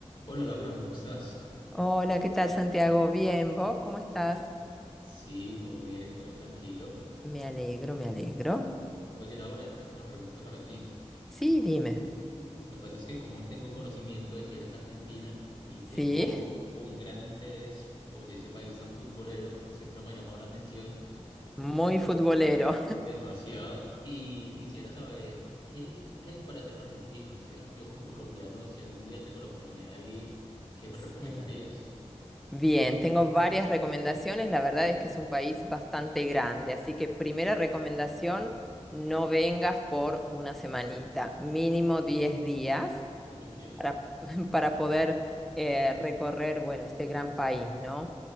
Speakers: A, on the left (about 45°); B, in the centre.
A: Hola Laura, ¿cómo estás?
B: Hola, ¿qué tal, Santiago? Bien, ¿vos cómo estás?
A: Sí, todo bien, todo tranquilo.
B: Me alegro, me alegro.
A: Oye Laura, tengo una pregunta para ti.
B: Sí, dime.
A: Lo que pasa es que como tengo conocimiento de que eres argentina y
B: Sí,
A: tengo un gran interés por ese país tan futbolero, siempre me ha llamado la atención
B: muy futbolero.
A: demasiado y quisiera saber qué, qué hay para hacer en Argentina. O sea, yo como colombiano, si algún día tengo la oportunidad de ir, ¿qué me
B: Sí.
A: recomendarías?
B: Bien, tengo varias recomendaciones. La verdad es que es un país bastante grande, así que primera recomendación, no vengas por una semanita, mínimo 10 días.
A: Ok.
B: para, <laughs> para poder eh, recorrer, bueno, este gran país, ¿no?